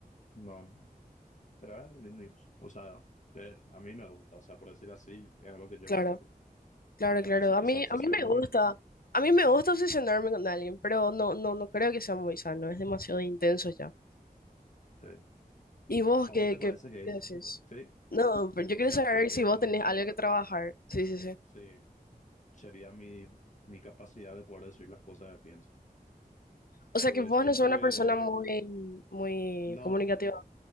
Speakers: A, on the left; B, on the left.
A: No. Pero era lindo. y- O sea, eh, a mí me gusta, o sea, por decir así, es algo que yo
B: Claro.
A: banco.
B: Claro,
A: Estar
B: claro.
A: esa,
B: A
A: esa
B: mí,
A: obsesión
B: a mí me
A: es
B: gusta,
A: muy bien.
B: a mí me gusta obsesionarme con alguien, pero no, no, no creo que sea muy sano, es demasiado intenso ya.
A: Sí.
B: ¿Y vos
A: ¿A
B: qué,
A: vos te parece
B: qué,
A: que
B: qué haces?
A: sí?
B: No,
A: ¿Qué
B: pero
A: cosa?
B: yo quiero saber
A: ¿Qué, qué
B: si vos
A: me
B: tenés
A: gustaría
B: algo
A: mejorar?
B: que trabajar. Sí, sí, sí.
A: Sí, sería mi, mi capacidad de poder decir las cosas que pienso.
B: O sea
A: Porque
B: que vos
A: siempre,
B: no sos una persona muy, muy
A: no,
B: comunicativa,